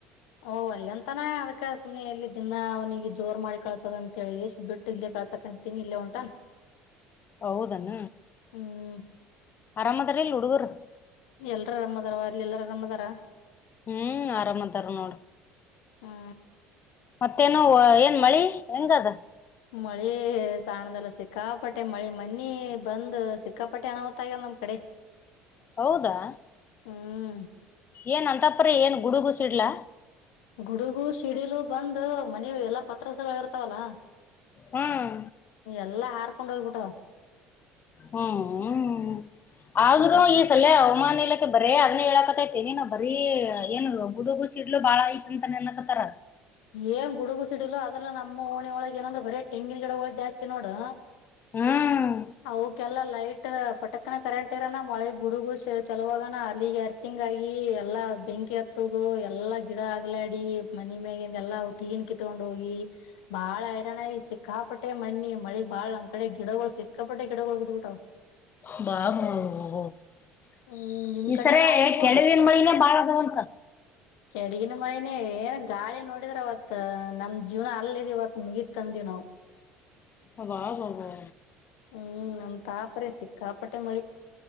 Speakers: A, on the left; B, on the left.
A: ಓ ವಲ್ಲೆಂತ್ತಾನಾ ಅದಕ ಸುಮ್ನೆ ಎಲ್ಲಿ ದ್ದಿನಾ ಅವನಿಗೆ ಜೋರ್ ಮಾಡಿ ಕಳ್ಸದಂತೇಳಿ ಎಸ್ ಬಿಟ್ಟು ಇಲ್ಲೇ ಕಳ್ಸಾಕಂತೀನಿ ಇಲ್ಲೇ ಹೊಂಟಾನ.
B: ಹೌದನ
A: ಹ್ಮ್
B: ಆರಾಮ ಅದಾರ ಇಲ್ಲ ಹುಡುಗುರು. <inaudible>
A: ಎಲ್ರು ಅರಾಮ್ ಅದಾರವಾ ಅಲ್ಲಿ ಎಲ್ಲಾರ ಅರಾಮ ಅದಾರಾ.
B: ಹ್ಮ್ ಆರಾಮ ಅದಾರ ನೋಡ.
A: ಹ್ಹಾ.
B: ಮತ್ತೇನುವ ಏನ್ ಮಳಿ ಹೆಂಗಅದ.
A: ಮಳೆ ಸಾಣ್ದಲ್ಲ ಸಿಕ್ಕಾಪಟ್ಟೆ ಮಳಿ ಮನ್ನಿ ಬಂದ್ ಸಿಕ್ಕಾಪಟ್ಟೆ ಅನಾಹುತ ಆಗ್ಯವ ನಮ್ ಕಡೆ.
B: ಹೌದಾ.
A: ಹ್ಮ್.
B: ಏನ್ ಅಂತಾಪ್ರೇ ಏನ್ ಗುಡುಗು ಸಿಡ್ಲಾ.
A: ಗುಡುಗು ಸಿಡಿಲು ಬಂದು ಮನಿ ಎಲ್ಲಾ ಪತ್ರಸಗಳು ಇರ್ತಾವಲ್ಲ.
B: ಹ್ಮ್
A: ಎಲ್ಲಾ ಹಾತ್.. ಕರ್ಕೊಂಡು ಹೋಗ್ಬಿಟ್ಟ.
B: ಹ್ಮ್ ಹ್ ಆದ್ರು
A: ಸಿಕ್ಕಾಪಟ್
B: ಈ ಸಲ್ಲಿಯ ಅವಮಾನಿಲ. ಬರೇ ಅದ್ನೆ ಹೇಳಕತೈತ್ ತಲಿ ನೋವ್. ಬರೀ ಏನುದು. ಗುಡುಗು ಸಿಡ್ಲು ಬಾಳ ಐತಂತ ನೆನ್ಕತಾರ.
A: ಏನ್ ಗುಡುಗು ಸಿಡಿಲ್ಲ ಅದ್ರ ನಮ್ಮ್ ಓಣಿ ಒಳಗ್ ಏನಂದ್ರೆ ಬರೀ ಟೆಂಗಿನ ಗಿಡಗಳ್ ಜಾಸ್ತಿ ನೋಡು.
B: ಹ್ಮ್
A: ಆವು ಕೆ. ಎಲ್ಲಾ ಲೈಟ್ ಪಟಕ್ನ ಕರೆಂಟ್ ಇರಾನ ಮಳೆ ಗುಡುಗು ಚಲುವಾಗನ ಅಲ್ಲಿಗೆ ಎರ್ತಿಂಗ್ ಆಗಿ ಎಲ್ಲಾ ಬೆಂಕಿ ಹತ್ತುದು ಎಲ್ಲಾ ಗಿಡ ಆಗ್ಲಾಡಿ ಮನೆ ಮ್ಯಾಗಿನ್. ಎಲ್ಲ ಒಟೀಗೀನ್ ಕಿತ್ಕೊಂಡ್ ಹೋಗಿ ಬಾಳ್ ಹೈರಾಣಾಗಿ ಸಿಕ್ಕಾಪಟ್ಟೆ ಮನ್ನಿ ಮಳಿಗ್ ಬಾಳ್ ನಮ್ ಕಡೆ ಗಿಡಗಳು ಸಿಕ್ಕಾಪಟ್ಟೆ ಗಿಡಗಳು ಬಿದ್ಬುಟ್ಟವು.
B: <unintelligible>
A: ಹ್ಮ್ ನಿಮ್
B: ಈ
A: ಕಡೆನ
B: ಸರೇ
A: ಆಗಿರ್ಬೋದು
B: ಕೆಡವಿನ್ ಮಳಿನೇ ಬಾಳ ಅದವಂತ.
A: ಕೆಡಗಿನ ಮಳಿನೇ ಏನ್ ಗಾಳಿ ನೋಡಿದ್ರ ಅವತ್ ನಮ್ ಜೀವನ ಅಲ್ಲ್ ಇದ್ ಇವತ್ ಮುಗೀತಂದ್ವಿ ನಾವು.
B: ಹವಾ <unintelligible>
A: ಹ್ಮ್ ನಮ್ ತಾಪ್ರೆ ಸಿಕ್ಕಾಪ್.. ಪಟ್ಟೆ ಮಳಿ.